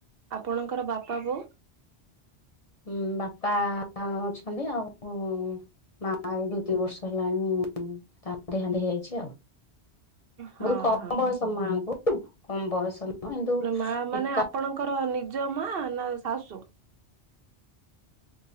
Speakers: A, on the right (about 60°); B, on the left (about 40°).
A: ଆପଣଙ୍କର ବାପା ବୋଉ?
B: ହୁଁ ବାପା ଅଛନ୍ତି ଆଉ ମା ଏଇ ଦି ଦି ବର୍ଷ ହେଲାଣି ତା ଦେହାନ୍ତ ହେଇଯାଇଛି ଆଉ।
A: ହଁ
B: ବହୁତ କମ
A: ହଁ।
B: ବୟସ ମାଙ୍କୁ କମ ବୟସ ନୁହଁ କିନ୍ତୁ
A: ମା ମାନେ
B: ଏକା
A: ଆପଣଙ୍କର ନିଜ ମା ନା ଶାଶୁ?